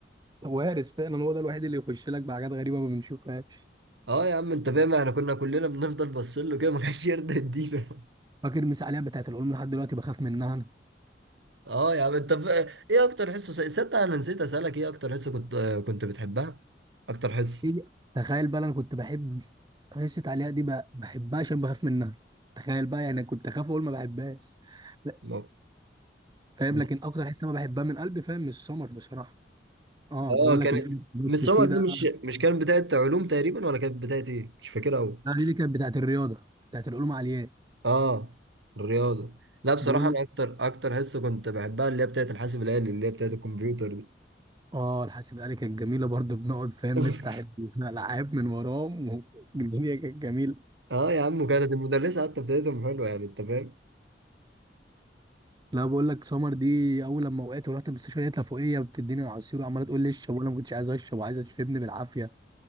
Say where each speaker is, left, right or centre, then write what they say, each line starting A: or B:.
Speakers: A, on the right; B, on the right.
A: وارث فعلا هو ده الوحيد اللي يخش لك بحاجات غريبه ما بنشوفهاش
B: اه يا عم انت فاهم احنا كنا كلنا بنفضل باصين له كده ما كانش يرضى يدينا
A: فاكر المسا عليها بتاعت العلوم لحد دلوقتي بخاف منها انا
B: اه يا عم انت ب- ايه اكتر حصه س- صدق انا نسيت اسالك ايه اكتر حصه كنت آه، كنت بتحبها اكتر حصه
A: إيه؟ تخيل بقى انا كنت بحب قصة عليها دي بقى بحبها عشان بخاف منها تخيل بقى يعني كنت اخاف اقول ما بحبهاش لا،
B: لا.
A: فاهم
B: بس-
A: لكن اكتر حس انا بحبها من قلبي فاهم من السمر بصراحه اه
B: اه
A: بقول
B: كانت
A: لك الإيه دوت
B: مش سمر
A: فيه
B: دي
A: ده
B: مش مش كانت بتاعه علوم تقريبا ولا كانت بتاعه ايه مش فاكرها قوي
A: ده دي كانت بتاعت الرياضه بتاعت العلوم العليا
B: اه الرياضه لا بصراحه
A: بقول
B: انا
A: لك
B: اكتر اكتر حصه كنت بحبها اللي هي بتاعه الحاسب الالي اللي هي بتاعه الكمبيوتر دي
A: اه الحاسب الآلي كانت جميله برضه بنقعد فاهم
B: <laughs>
A: نفتح <laughs> الالعاب من وراهم والدنيا كانت جميله
B: اه يا عم وكانت المدرسه حتى بتاعتهم حلوه يعني انت فاهم
A: لا بقول لك سمر دي اول لما وقعت ورحت المستشفى لقيتها فوقيه بتديني العصير وعماله تقول لي اشرب وانا ما كنتش عايز اشرب وعايزه تشربني بالعافيه